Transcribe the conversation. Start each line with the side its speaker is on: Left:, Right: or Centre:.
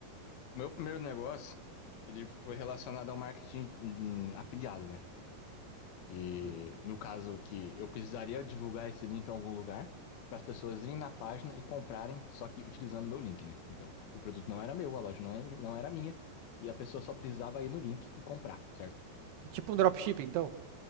Left: O meu primeiro negócio, ele foi relacionado ao marketing hum, afiliado, né? E
Right: Hum.
Left: no caso que eu precisaria divulgar esse link em algum lugar para as pessoas irem na página e comprarem, só que utilizando o meu link, né? Então, o produto não era meu, a loja não é- não era minha, e a pessoa só precisava ir no link e comprar, certo?
Right: É tipo um dropshipping, então?